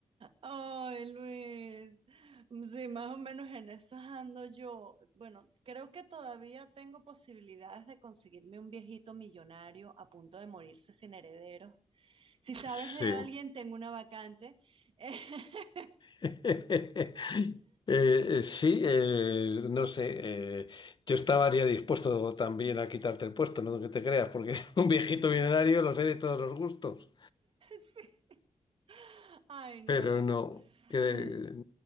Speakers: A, on the right; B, on the left.
A: Ay, Luis. Sí, más o menos en esas ando yo. Bueno, creo que todavía tengo posibilidades de conseguirme un viejito millonario a punto de morirse sin herederos. Si sabes
B: Sí.
A: de alguien, tengo una vacante. <laughs>
B: <laughs> Eh, eh, sí, eh, no sé. eh, yo estaría dispuesto también a quitarte el puesto, no que te creas, porque <laughs> un viejito millonario los hay de todos los gustos.
A: Sí. Ay, no.
B: Pero
A: es-
B: no, que...
A: mm,